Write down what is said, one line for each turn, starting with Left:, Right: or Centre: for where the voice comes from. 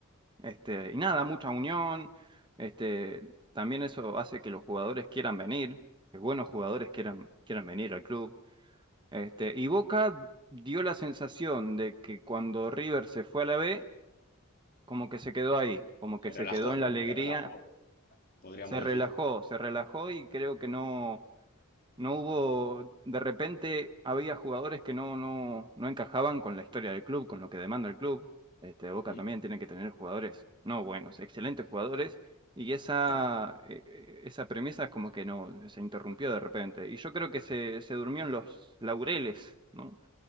Right: Este, y nada, mucha unión. Este, también eso hace que los jugadores quieran venir, que buenos jugadores quieran, quieran venir al club. Este, y Boca dio la sensación de que cuando River se fue a la B, como que se quedó ahí, como
Left: Se
Right: que se
Left: relajó,
Right: quedó en
Left: ¿no?
Right: la alegría,
Left: Se relajó, podríamos
Right: se
Left: decir.
Right: relajó, se relajó y creo que no, no hubo, de repente había jugadores que no, no, no encajaban con la historia del club, con lo que demanda el club. Este, Boca
Left: Mm,
Right: también tiene que tener jugadores, no buenos, excelentes jugadores, y esa,
Left: Claro.
Right: eh, eh, esa premisa es como que no, se interrumpió de repente. Y yo creo que se, se durmió en los laureles, ¿no?